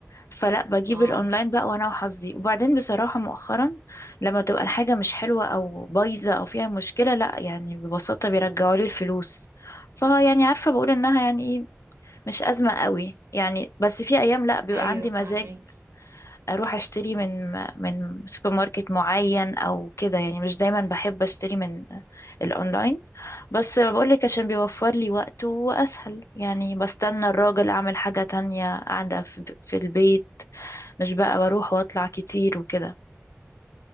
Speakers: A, on the left; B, on the right.
A: فلا بجيب
B: اه
A: الاونلاين بقى وانا وحظي وبعدين بصراحة مؤخرا لما تبقى الحاجة مش حلوة او بايظة او فيها مشكلة لا يعني ببساطة بيرجعوا لي الفلوس فها يعني عارفة بقول انها يعني ايه مش ازمة قوي يعني بس في ايام لا بيبقى
B: ايوه
A: عندي
B: فاهمك
A: مزاج اروح اشتري من من سوبر ماركت معين او كده يعني مش دايما بحب اشتري من الاونلاين بس بقولك عشان بيوفر لي وقت واسهل يعني بستنى الراجل اعمل حاجة تانية قاعدة في في البيت مش بقى بروح واطلع كتير وكده